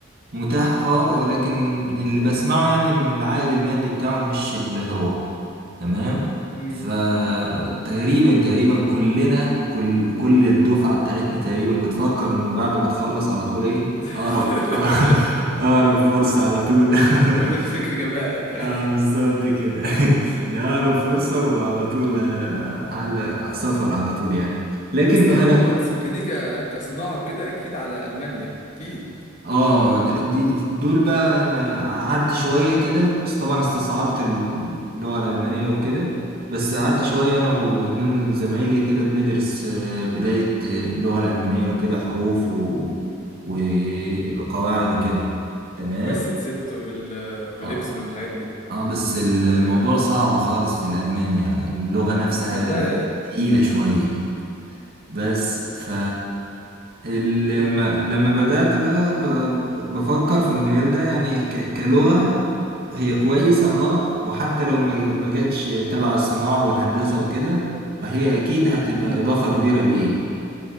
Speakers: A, on the right; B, on the left.
A: متاح اه ولكن اللي بسمعه يعني ان العائد المادي بتاعه مش اللي هو تمام
B: امم
A: فتقريبا تقريبا كلنا كل كل الدفعة بتاعتنا تقريبا بتفكر انه بعد ما تخلص على طول ايه
B: <laughs>
A: اقرب <laughs>
B: بقول لك
A: اقرب فرصة على طول
B: بقول
A: <laughs>
B: لك فكر جماعي يعني
A: اه بالظبط كده <laughs> لأقرب فرصة وعلى طول آه، على على سفر على طول يعني
B: <laughs>
A: لكن
B: بس طالما
A: أنا
B: مهندس ميكانيكا كصناعه وكده اكيد على المانيا اكيد
A: اه دي دول بقى أنا قعدت شوية كده بس طبعا استصعبت اللغة الألمانية
B: امم
A: وكده بس قعدت شوية
B: امم
A: أنا واتنين زمايلي كده بندرس آه، بداية آه، اللغة الألمانية وكده حروف و... وقواعد وكده تمام
B: واس 6 وال والابسلون
A: اه
B: والحاجات دي
A: اه بس ال- الموضوع
B: جامد.
A: صعب خالص في الألماني يعني اللغة نفسها
B: والله
A: تقيلة شوية بس ف لما
B: مم.
A: لما بدأت بقى ب- ب- بفكر في المجال ده يعني ك- كلغة هي كويسة اه وحتى لو ما ما جاتش تبع الصناعة والهندسة وكده فهي أكيد هتبقى
B: مم.
A: إضافة كبيرة ليا